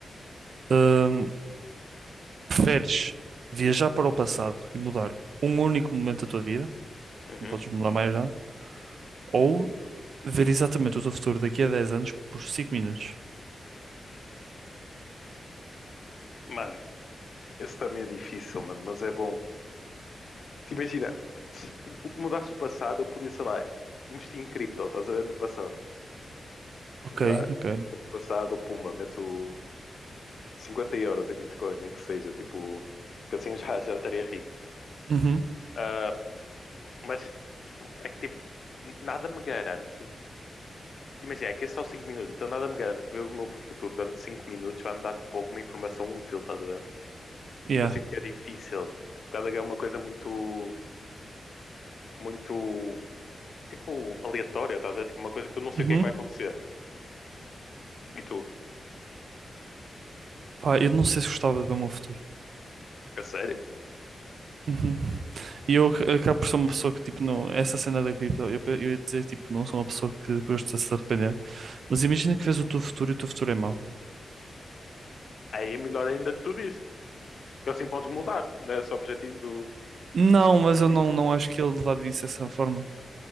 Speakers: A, on the right (about 75°); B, on the left (about 60°).
A: Hum, preferes viajar para o passado e mudar um único momento da tua vida,
B: Uhum.
A: não podes mudar mais nada, ou ver exatamente o teu futuro daqui a 10 anos por 5 minutos?
B: Mano, esse também é difícil, mano, mas é bom. Te imagina, se f- mudasse o passado, eu podia, sei lá, investir em cripto, estás a ver no passado.
A: Ok,
B: Eu já,
A: ok.
B: tipo, no passado, pumba, meto 50 euros em Bitcoin, nem que seja, tipo, que assim já, já estaria rico.
A: Uhum,
B: Ah, mas, tipo, é que, tipo, nada me garante Imagina, é que é só 5 minutos, então nada me garante que ver o meu futuro durante 5 minutos vai me dar tipo alguma informação útil, estás a ver?
A: yeah.
B: Tipo, eu sinto que é difícil, por causa que é uma coisa muito, muito, tipo, aleatória, estás a ver? Tipo, uma coisa que eu não sei
A: Uhum.
B: o que é que vai acontecer. E tu,
A: Pá, eu não sei se gostava de ver o meu futuro.
B: a sério?
A: Uhum. E eu ac- acabo por ser uma pessoa que, tipo, não. Essa cena da cripto, eu, pe- eu ia dizer, tipo, não sou uma pessoa que gosta de se arrepender. Mas imagina que vês o teu futuro e o teu futuro é mau.
B: Aí é melhor ainda que tu diste, porque assim podes mudar, não é esse o objetivo do.
A: Não, mas eu
B: Isso?
A: não, não acho que ele levar disso dessa forma.